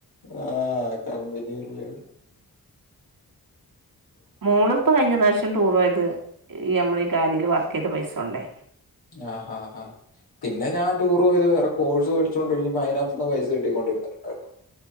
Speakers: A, on the left; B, on the right.
A: ആഹ് കമ്പനില്ലേ
B: മൂളിപ്പ് കഴിഞ്ഞ ദശം ടൂറ ആയത് ഈ നമ്മൾ ഈ കാര്യൽ വത്ത ഏത് പൈസ ഉണ്ടേ
A: ആഹ ആഹ ആ പിന്നെ ഞാൻ ടൂറ് പോത്റെ കോ്പോഴ്സ് പഠിച്ചൊണ്ടിരിക്ക്പ അതിനകത്ത്ുന്ന് പൈസ കിട്ടിക്കൊണ്ടിരിട്ടുണ്ടായിരുന്നു